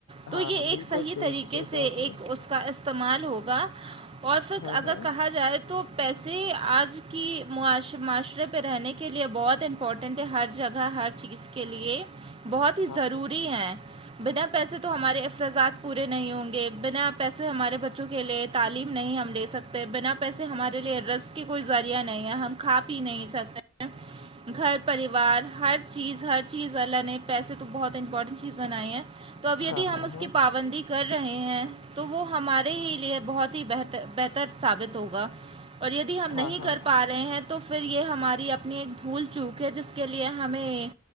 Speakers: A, on the right (about 25°); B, on the left (about 80°).
A: تو
B: ہاں
A: یہ
B: ہاں
A: ایک
B: بالکل
A: صحیح طریقے
B: سوچا
A: سے
B: آپ نے
A: ایک اس کا استعمال ہوگا اور پھر
B: ہاں
A: اگر
B: ہاں
A: کہا جائے تو پیسے آج کی معاشرے پہ رہنے کے لیے بہت امپورٹنٹ ہے ہر جگہ ہر چیز کے لیے بہت ہی
B: ہاں
A: ضروری ہے بنا پیسے تو ہمارے اخراجات پورے نہیں ہوں گے بنا پیسے ہمارے بچوں کے لیے تعلیم نہیں ہم نہیں دے سکتے بنا پیسے ہمارےلیے رزق کی کوئی ذریعہ نہیں ہے ہم کھا پی نہیں سکتے ہیں گھر پریوار ہر چیز ہر چیز والا نے پیسے تو بہت امپورٹنٹ چیز بنائی ہے تو
B: ہاں
A: اب یدی
B: ہاں
A: ہم
B: ہاں
A: اس
B: ہاں
A: کی پابندی کر رہے ہیں تو وہ ہمارے ہی لیے بہت ہی بہتر بہتر ثابت ہوگا اور یدی ہم نہیں
B: ہاں ہاں
A: کر پا رہے ہیں تو پھر یہ ہماری اپنی ایک بھول چوک ہے جس کے لیے ہمیں